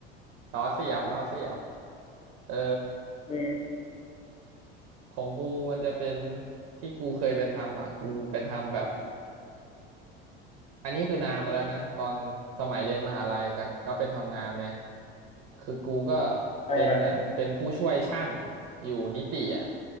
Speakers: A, on the right (about 50°); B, on the left (about 20°).
A: ล้อเสียบล้อเสียบเออ
B: อืม
A: ของกูมันจะเป็นที่กูเคยไปทำอ่ะกูไปทำแบบ อันนี้คือนานมาแล้วนะตอนสมัยเรียนมหาลัยแต่ก็เป็นทำงานเนี่ยคือกูก็
B: เออ
A: เป็นเหมือนเป็นผู้ช่วยช่างอยู่นิติอ่ะ